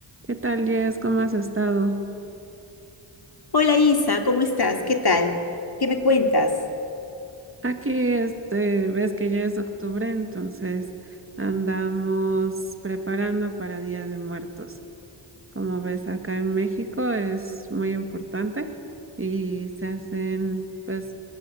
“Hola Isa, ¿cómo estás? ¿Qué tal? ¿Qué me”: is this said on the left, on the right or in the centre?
Left